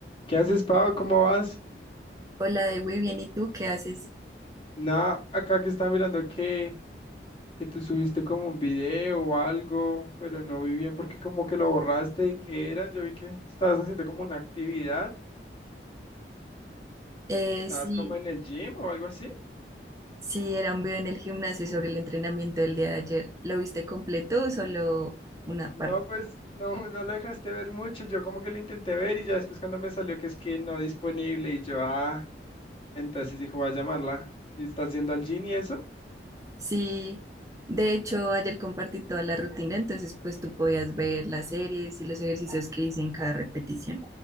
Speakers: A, on the left; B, on the right.
A: ¿Qué haces, Pau? ¿Cómo vas?
B: Hola, de güey, bien, ¿y tú qué haces?
A: Nada, acá que está mirando que, que tú subiste como un video o algo, pero no vi bien porque como que lo borraste. ¿Qué era? Yo vi que estabas haciendo como una actividad,
B: Eh,
A: estabas
B: sí,
A: como en el gym o algo así.
B: sí, era un video en el gimnasio sobre el entrenamiento del día de ayer. ¿Lo viste completo o solo una
A: No,
B: parte?
A: pues no, no lo dejaste ver mucho. Yo como que lo intenté ver y ya después cuando me salió que es que no disponible y yo, ah, entonces dijo, voy a llamarla. ¿Y estás yendo al gym y eso?
B: Sí, de hecho, ayer compartí toda la rutina, entonces pues tú podías ver las series y los ejercicios que hice en cada repetición.